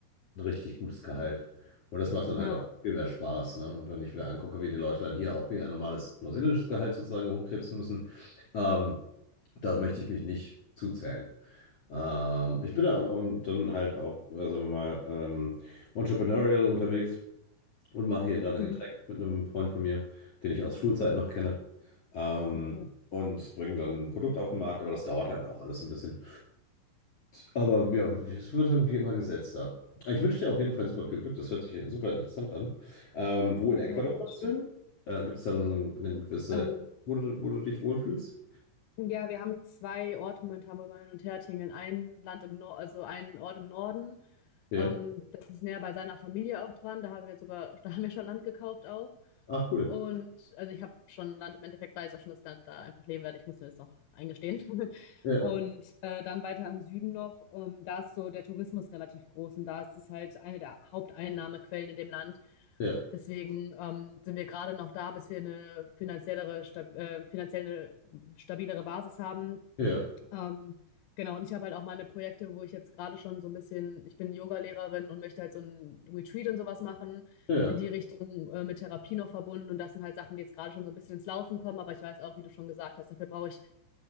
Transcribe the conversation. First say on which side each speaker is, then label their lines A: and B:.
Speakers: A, on the left (about 40°); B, on the left (about 80°).
A: ein richtig gutes Gehalt. Und das macht dann halt
B: Ja,
A: auch viel mehr Spaß, ne? Und wenn ich mir angucke, wie die Leute dann hier auch wie ein normales neuseeländisches Gehalt sozusagen rumkrebsen müssen, ähm, da möchte ich mich nicht zuzählen. Ähm, ich bin da und dann halt auch, äh, sagen wir mal, ähm, entrepreneurial unterwegs und mache hier gerade ein
B: mhm.
A: Getränk mit einem Freund von mir, den ich aus Schulzeiten noch kenne. Ähm,
B: ja, cool.
A: und bringe dann ein Produkt auf den Markt, aber das dauert halt auch alles ein bisschen. Aber ja, es wird irgendwie immer gesetzter. Ich wünsche dir auf jeden Fall super viel Glück, das hört sich super interessant an. Ähm, wo in Ecuador
B: Ja, danke
A: magst
B: schön.
A: du hin? Äh, gibt es da so eine, eine gewisse,
B: Ähm,
A: wo du, wo du dich wohlfühlst?
B: ja, wir haben zwei Orte momentan, wo wir hin und her tingeln. Ein Land im Norden, also einen Ort im Norden
A: Ja.
B: Ähm, das ist näher bei seiner Familie auch dran. Da haben wir sogar, <laughs> da haben wir schon Land gekauft auch.
A: Ah, cool.
B: Und also ich habe schon Land im Endeffekt, weiß ich auch schon, dass ich da, da einfach leben werde. Ich muss mir das noch eingestehen. <laughs>
A: Ja,
B: Und äh, dann weiter im Süden noch, ähm, da ist so der Tourismus relativ groß und da ist es halt eine der Haupteinnahmequellen in dem Land.
A: ja,
B: Deswegen ähm, sind wir gerade noch da, bis wir eine finanziellere, sta äh, finanziell eine stabilere Basis haben,
A: ja,
B: ähm, genau, und ich habe halt auch meine Projekte, wo ich jetzt gerade schon so ein bisschen, ich bin Yoga-Lehrerin und möchte halt so ein Retreat und sowas machen,
A: ja,
B: in die Richtung äh, mit Therapie noch verbunden. Und das sind halt Sachen, die jetzt gerade schon so ein bisschen ins Laufen kommen. Aber ich weiß auch, wie du schon gesagt hast, dafür brauche ich